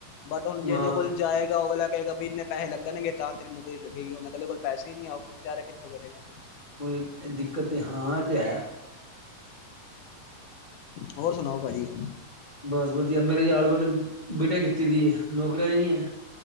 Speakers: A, on the left; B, on the left.
A: ਬਟ ਹੁਣ ਜੇ
B: ਹਾਂ
A: ਇਹਦੇ ਕੋਲ ਜਾਏਗਾ ਉਹ ਵਾਲਾ ਕਹੇਗਾ, ਵੀ ਇੰਨੇ ਪੈਸੇ ਲੱਣਗੇ ਤਾਂ ਤੇਰੀ ਨੌਕਰੀ ਲੱਗੇਗੀ, ਹੁਣ ਕਦੇ ਕੋਲ ਪੈਸੇ ਨਹੀਂ ਆ ਉਹ ਵਿਚਾਰੇ ਕਿੱਥੋਂ ਕਰੇਗਾ।
B: ਕੋ ਦਿੱਕਤ ਤਾਂ ਹਾਂ ਤਾਂ ਹੈ।
A: ਹੋਰ ਸੁਣਾਓ ਭਾਜੀ?
B: ਬਸ ਵਧੀਆ ਮੇਰੇ ਯਾਦ ਉਹਨੇ ਬੇਟੇ ਕੀਤੀ ਦੀ ਨੌਕਰੀਆ ਨੀ ਹੈ।